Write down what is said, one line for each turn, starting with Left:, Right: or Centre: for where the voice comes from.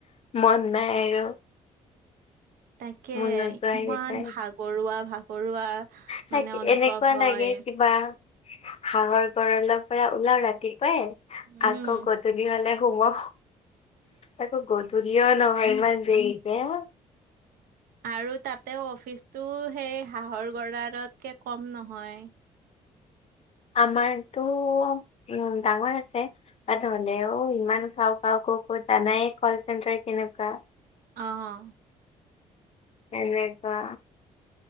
Left: মন নাই আৰু।
Right: তাকে,
Left: মোৰ নোযোৱাই
Right: ইমান
Left: গৈছে
Right: ভাগৰুৱা, ভাগৰুৱা
Left: চাগে,
Right: মানে অনুভৱ
Left: এনেকুৱা
Right: হয়
Left: লাগে কিবা হাঁহৰ গড়ালপৰা উলাও ৰাতি পুৱাই
Right: উম
Left: আকৌ গধূলি হ'লে সোমাও। আকৌ গধূলি দূনীয়া নহয় ইমান দেৰিকে। <unintelligible> <unintelligible>
Right: আৰু তাতে অফিচটো সেই হাঁহৰ গঁড়ালতকে কম নহয়।
Left: আমাৰটো ওম ডাঙৰ আছে। বাট হ'লেও ইমান খাওঁক। পাওঁ ক' ক' জানাই কল চেণ্টাৰ কেনেকুৱা?
Right: অঁ
Left: এনেকুৱা।